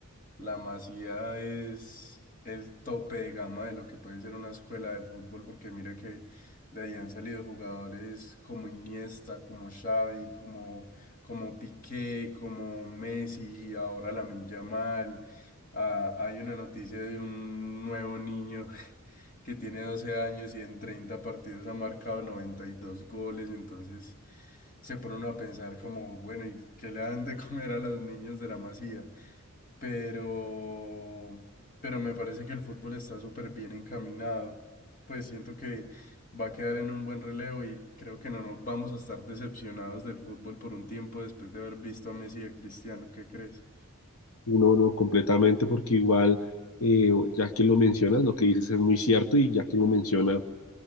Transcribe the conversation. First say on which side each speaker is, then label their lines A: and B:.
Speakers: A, on the left; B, on the left.
A: La Masía es el tope de gama de lo que puede ser una escuela de fútbol, porque mira que de ahí han salido jugadores como Iniesta, como Xavi, como, como Piqué, como Messi, ahora Lamine Yamal. Ah, hay una noticia de un nuevo niño <laughs> que tiene 12 años y en 30 partidos ha marcado 92 goles, entonces se pone uno a pensar como, bueno, ¿y qué le dan de comer a los niños de la Masía? pero, pero me parece que el fútbol está súper bien encaminado. Pues siento que va a quedar en un buen relevo y creo que no nos vamos a estar decepcionados del fútbol por un tiempo después de haber visto a Messi y a Cristiano. ¿Qué crees?
B: No, no, completamente, porque igual, eh, ya que lo mencionas, lo que dices es muy cierto y ya que lo menciona,